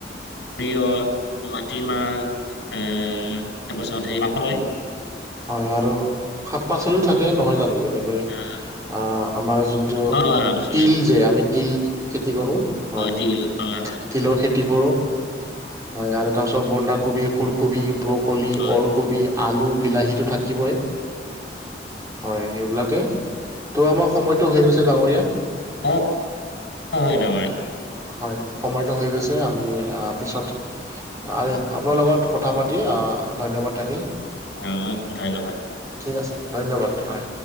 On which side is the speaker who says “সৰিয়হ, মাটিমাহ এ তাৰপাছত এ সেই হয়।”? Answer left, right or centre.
Left